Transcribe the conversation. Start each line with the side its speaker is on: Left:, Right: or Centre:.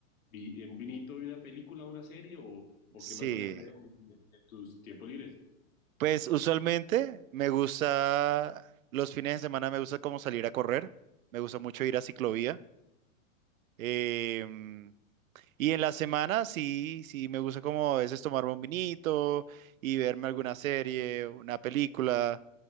Left: vi- ¿un vinito y una película, o una serie o, o qué
Right: Sí.
Left: más sueles hacer en, en en tus tiempos libres?
Right: Pues usualmente me gusta, los fines de semana me gusta como salir a correr, me gusta mucho ir a ciclovía. Em, Y en la semana sí, sí, me gusta como a veces tomarme un vinito y verme alguna serie, una película.